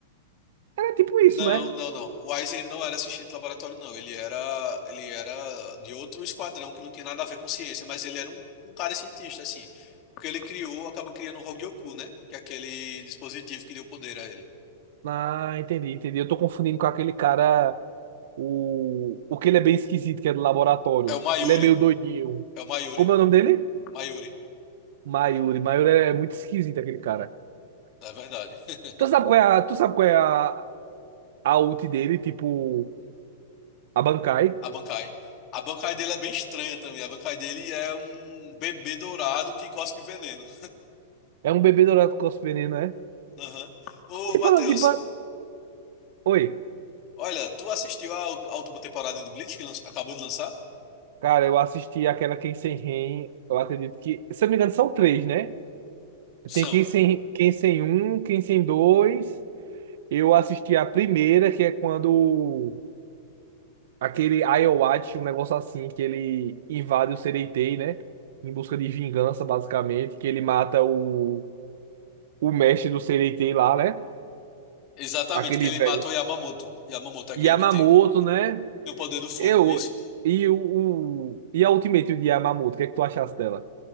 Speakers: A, on the right; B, on the left.
A: era tipo isso,
B: Não,
A: né?
B: não, não. O Aizen não era assistente de laboratório, não. Ele era, ele era de outro esquadrão que não tinha nada a ver com ciência, mas ele era um, um cara cientista, assim. Porque ele criou, acabou criando o Hogyoku, né? Que é aquele dispositivo que deu poder a ele.
A: Ah, entendi, entendi. Eu tô confundindo com aquele cara, o, o que ele é bem esquisito, que é do laboratório.
B: É o Mayuri.
A: Ele é meio doidinho.
B: É o Mayuri.
A: Como é o nome dele?
B: Mayuri,
A: Mayuri. Mayuri é muito esquisito, aquele cara.
B: é verdade. <laughs>
A: Tu sabe qual é a, tu sabe qual é a, a ult dele, tipo, a Bankai?
B: A Bankai. A Bankai dele é bem estranha também. A Bankai dele é um bebê dourado que cospe veneno.
A: É um bebê dourado com veneno, é?
B: <laughs> Aham. Ô,
A: E
B: Matheus,
A: falando de ban... Oi,
B: olha, tu assistiu à ult- à última temporada de Bleach que lan- acabou de lançar?
A: cara, eu assisti aquela Quem Sem Ren, eu acredito que, se eu não me engano, são três, né?
B: São.
A: Tem Quem Sem, Quem Sem Um, Quem Sem Dois. Eu assisti a primeira, que é quando aquele Ayoachi, um negócio assim, que ele invade o Sereitei, né? Em busca de vingança, basicamente, que ele mata o, o mestre do Sereitei lá, né?
B: Exatamente,
A: Aquele
B: que ele
A: velho.
B: mata o Yamamoto. Yamamoto é aquele
A: Yamamoto,
B: que tem, que
A: né?
B: tem o poder do fogo,
A: Eu.
B: isso.
A: E o, o- E a Ultimate de Yamamoto, o que é que tu achaste dela?